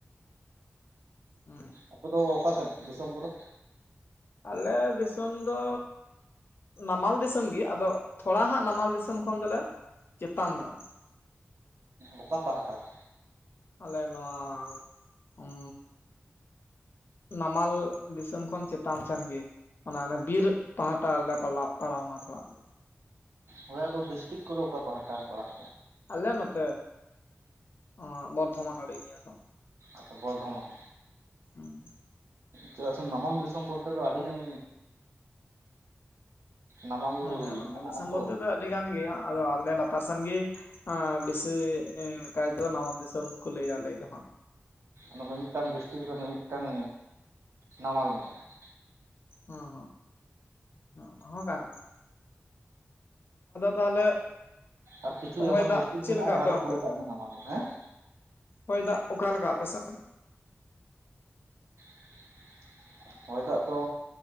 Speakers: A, on the left; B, on the right.
A: ᱦᱩᱸ
B: ᱟᱯᱮ ᱫᱚ ᱚᱠᱟ ᱥᱮᱫ ᱫᱤᱥᱚᱢ ᱠᱚᱫᱚ?
A: ᱟᱞᱮ ᱫᱤᱥᱚᱢ ᱫᱚ ᱱᱟᱢᱟᱞ ᱫᱤᱥᱚᱢ ᱜᱮ ᱟᱫᱚ ᱛᱷᱚᱲᱟ ᱦᱟᱸᱜ ᱱᱟᱢᱟᱞ ᱫᱤᱥᱚᱢ ᱠᱷᱚᱱ ᱫᱚᱞᱮ ᱪᱮᱛᱟᱱ ᱧᱚᱜ ᱮᱱᱟ
B: ᱚᱠᱟ ᱯᱟᱦᱴᱟ ᱨᱮ?
A: ᱟᱞᱮ ᱱᱚᱣᱟ ᱩᱸᱻ ᱱᱟᱢᱟᱞ ᱫᱤᱥᱚᱢ ᱠᱷᱚᱱ ᱪᱮᱛᱟᱱ ᱥᱮᱱᱜᱮ᱾ ᱚᱱᱟ ᱚᱱᱮ ᱵᱤᱨ ᱯᱟᱦᱴᱟ ᱨᱮᱞᱮ ᱯᱟᱲᱟᱣᱱᱟ ᱛᱷᱚᱲᱟ ᱟᱞᱮ᱾
B: ᱦᱭᱟᱫᱚ ᱰᱤᱥᱴᱤᱠ ᱠᱚᱨᱮ ᱚᱠᱟ ᱯᱮᱟᱦᱴᱟ ᱯᱟᱲᱟᱜ ᱠᱟᱱᱟ?
A: ᱟᱞᱮ ᱱᱚᱛ ᱚ ᱵᱚᱨᱫᱷᱚᱢᱟᱱ ᱟᱲᱤ ᱱᱤᱭᱟ. ᱫᱚ ᱾
B: ᱟᱪᱪᱷᱟ ᱵᱚᱨᱫᱷᱚᱢᱟᱱ
A: ᱦᱩᱸ
B: ᱪᱮᱫᱟᱜ ᱥᱮ ᱱᱟᱢᱟᱞ ᱫᱤᱥᱚᱢ ᱵᱚᱞᱛᱮ ᱫᱚ ᱟᱹᱰᱤ ᱜᱟᱱ ᱱᱟᱢᱟᱞ
A: ᱦᱩᱸ ᱦᱮᱸ ᱱᱟᱢᱟᱞ
B: ᱢᱮᱱᱟᱜᱼᱟ
A: ᱫᱤᱥᱚᱢ
B: ᱛᱚ
A: ᱵᱚᱞᱛᱮ ᱫᱚ ᱟᱹᱰᱤ ᱜᱟᱱ ᱜᱮ ᱟᱫᱚ ᱟᱞᱮ ᱞᱟᱛᱟᱨ ᱥᱮᱱᱜᱤ ᱟ ᱵᱮᱥᱤ ᱠᱟᱭᱛᱮ ᱱᱟᱢᱟᱱ ᱫᱤᱥᱚᱢ ᱫᱚᱠᱚ ᱞᱟᱹᱭᱟ ᱞᱟᱹᱭ ᱫᱚ ᱦᱟᱸᱜ ᱾
B: ᱫᱚᱵᱤ ᱢᱤᱼᱢᱤᱫᱴᱟᱝ ᱰᱤᱥᱴᱤᱠ ᱨᱮ ᱢᱤᱼᱢᱤᱫᱴᱟᱝ ᱱᱟᱢᱟᱞ ᱢᱮᱱᱟᱜᱼᱟ ᱾
A: ᱦᱩᱸ ᱦᱩᱸ ᱦᱚᱸ ᱠᱟᱱᱜᱮ ᱛᱟᱦᱚᱞᱮ
B: ᱟᱨ ᱠᱤᱪᱷᱩ
A: ᱦᱚᱭ
B: ᱮᱢᱚᱱ
A: ᱫᱟᱜ
B: ᱰᱤᱥᱴᱤᱠ
A: ᱪᱮᱫ
B: ᱢᱮᱱᱟᱜᱼᱟ
A: ᱞᱮᱠᱟ
B: ᱡᱟᱦᱟᱸ
A: ᱟᱯᱮ
B: ᱫᱚ
A: ᱚᱱᱛᱮ
B: ᱯᱩᱨᱟᱹᱴᱟᱜ ᱜᱮ ᱱᱟᱢᱟᱞ ᱜᱮ ᱦᱮᱸ ᱾
A: ᱦᱚᱭ ᱫᱟᱜ ᱚᱠᱟᱞᱮᱠᱟ ᱟᱯᱮ ᱥᱮᱱ?
B: <inaudible> ᱦᱚᱭ ᱫᱟᱜ ᱫᱚ